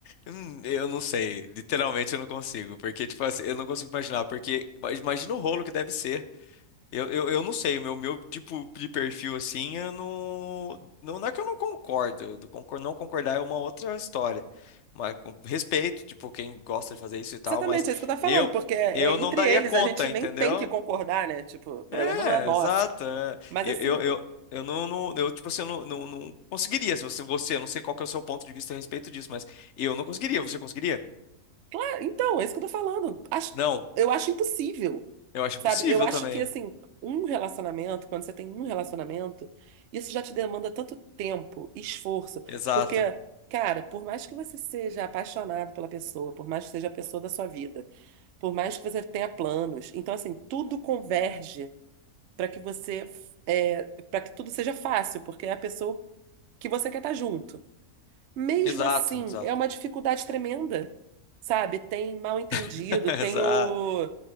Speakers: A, on the left; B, on the right.
A: Hum, eu não sei, literalmente eu não consigo, porque, tipo assim, eu não consigo imaginar, porque mas imagina o rolo que deve ser. Eu, eu, eu não sei, o meu, meu tipo de perfil assim, eu não, não. Não é que eu não concordo, eu do concor- não concordar é uma outra história. Mas com respeito, tipo, quem gosta de fazer isso e tal,
B: Exatamente,
A: mas
B: é isso que eu tô falando,
A: eu,
B: porque é,
A: eu
B: é
A: não
B: entre
A: daria
B: eles,
A: conta,
B: a gente
A: entendeu?
B: nem tem que concordar, né? Tipo, o problema
A: É,
B: não é nosso.
A: exato. é.
B: Mas
A: Eu,
B: assim,
A: eu, eu, eu não, não, eu, tipo assim, eu não, não, não conseguiria. Se você, você, eu não sei qual que é o seu ponto de vista a respeito disso, mas eu não conseguiria, você conseguiria?
B: é, então, é isso que eu tô falando. Acho,
A: Não,
B: eu acho impossível,
A: eu acho
B: sabe?
A: impossível
B: Eu acho
A: também.
B: que, assim, um relacionamento, quando você tem um relacionamento, isso já te demanda tanto tempo, esforço.
A: Exato.
B: Porque, cara, por mais que você seja apaixonado pela pessoa, por mais que seja a pessoa da sua vida, por mais que você tenha planos, então, assim, tudo converge para que você é, para que tudo seja fácil, porque é a pessoa que você quer estar junto. Mesmo
A: Exato,
B: assim,
A: exato.
B: é uma dificuldade tremenda, sabe? Tem mal entendido,
A: <laughs> Exato.
B: tem o